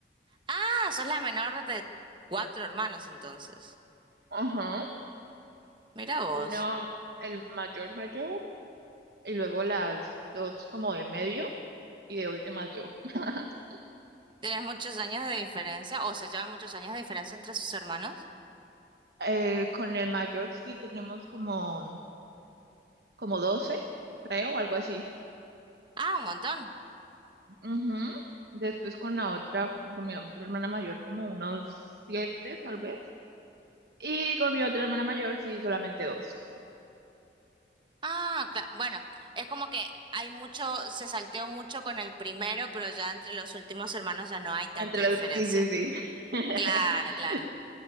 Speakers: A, on the right; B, on the right.
A: Ah, sos la menor de cuatro hermanos entonces.
B: Ajá.
A: Mira vos.
B: uno el mayor mayor y luego las dos como de medio y de última yo. <laughs>
A: ¿Tenés muchos años de diferencia o se llevan muchos años de diferencia entre sus hermanos?
B: Eh, con el mayor sí tenemos como, como 12 creo, algo así.
A: Ah, un montón.
B: Ujú. Después con la otra, con mi otra hermana mayor como unos siete tal vez. Y con mi otra hermana mayor sí solamente dos.
A: Ah, claro. Bueno, es como que hay mucho, se salteó mucho con el primero, pero ya entre los últimos hermanos ya no hay tanta
B: Entre
A: diferencia.
B: los- sí, sí, sí. <laughs>
A: Claro, claro.